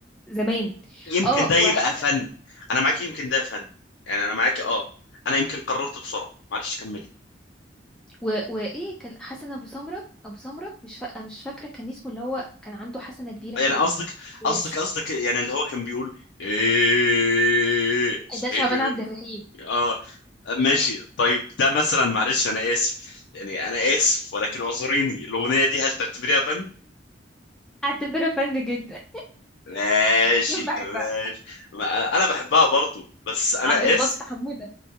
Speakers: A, in the centre; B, on the left.
A: زمان
B: يمكن
A: اه
B: ده
A: وحتى
B: يبقى فن انا معاك يمكن ده فن يعني انا معاك اه انا يمكن قررت بسرعه معلش كمل
A: و... وايه كان حسن ابو سمره ابو سمره مش فا... مش فاكره كان اسمه اللي هو كان عنده حسنه كبيره
B: يعني
A: كده
B: قصدك
A: في وشه
B: قصدك قصدك يعني اللي هو كان بيقول ايه صحيت
A: ده شعبان
B: من
A: عبد
B: ال-
A: الرحيم
B: اه ماشي طيب ده مثلا معلش انا اسف يعني انا اسف ولكن اعذريني الاغنيه دي هل تعتبريها فن
A: اعتبره فن جدا
B: ماشي
A: <laughs> بحبها
B: ماشي ما- انا بحبها برضو بس انا
A: عبد الباسط
B: اسف
A: حموده